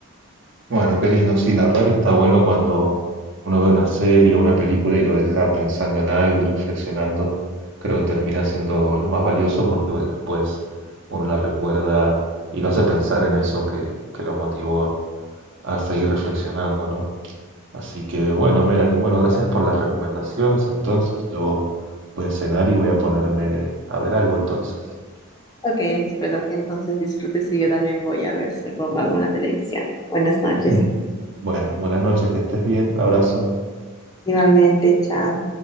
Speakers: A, on the right; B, on the left.
A: Bueno, qué lindo, sí, la verdad que está bueno cuando uno ve una serie o una película y lo deja pensando en algo y reflexionando. Creo que termina siendo lo más valioso porque bueno, después uno la recuerda y lo hace pensar en eso que, que lo motivó a seguir reflexionando, ¿no? Así que bueno, Melanie, bueno, gracias por las recomendaciones. Entonces yo voy a cenar y voy a ponerme a ver algo entonces.
B: Ok, espero que entonces disfrutes y yo también voy a ver si me pongo algo en la televisión. Buenas noches.
A: <laughs> Bueno, buenas noches, que estés bien, abrazo.
B: Igualmente, chao.